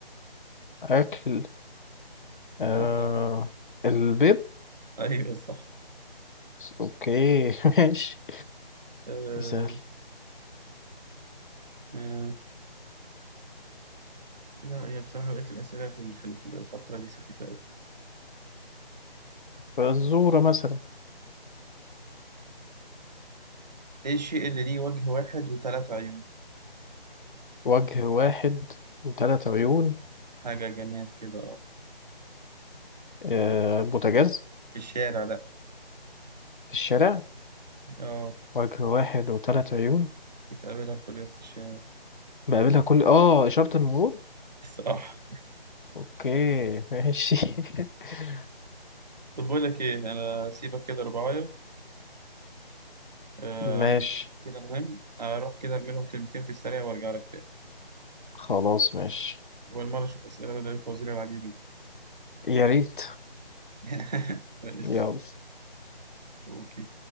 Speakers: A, on the left; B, on the right.
A: اكل آه
B: سهلة
A: البيض
B: أيوه صح
A: اوكي <laughs> ماشي
B: آه
A: دي سهل
B: آه لا هي بصراحة بقيت الأسئلة في في الفقرة دي سخيفة أوي
A: فالزورة مثلا
B: إيه الشيء اللي ليه وجه واحد وثلاث عيون؟
A: وجه واحد وثلاث عيون
B: حاجة جماد كده أه
A: آه بوتاجاز
B: في الشارع لأ
A: في الشارع
B: أه
A: وجه واحد وثلاث عيون
B: بتقابلها كل يوم في الشارع
A: بقابلها كل اه إشارة المرور
B: <laughs> صح
A: اوكي ماشي <laughs>
B: طب بقول لك إيه أنا سيبك كده ربعاية آه
A: ماشي
B: عندي ميتنج كده مهم أروح كده أرمي لهم كلمتين في السريع وأرجع لك تاني
A: خلاص ماشي
B: والمرة أشوف أسئلة بدل الفوازير العجيبة دي
A: يا ريت
B: <laughs> ماشي
A: يلا
B: أوكي